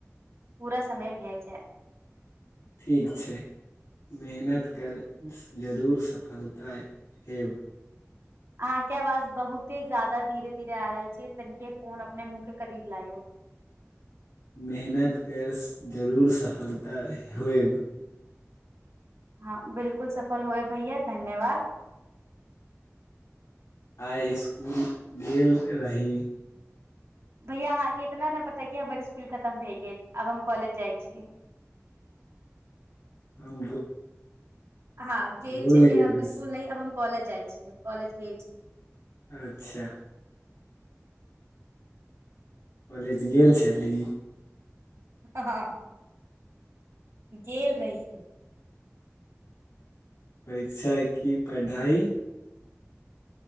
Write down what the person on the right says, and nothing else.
पूरा समय भै जाए
अहाँ के आवाज बहुते ज्यादा धीरे धीरे आ रहल छै, तनिके फोन अपने मुंह के करीब लायो
हँ बिल्कुल सफल होएब भैया, धन्यवाद
भैया अहाँके इतना न पता है की हमर स्कुल खतम भए गेल, आब हम कॉलेज जाइ छियै
हँ गेल
छेलियै हम
इसकुल नहि आब हम कॉलेज जाइ छियै। कॉलेज गेल छलियै
हँ हँ गेल रहियै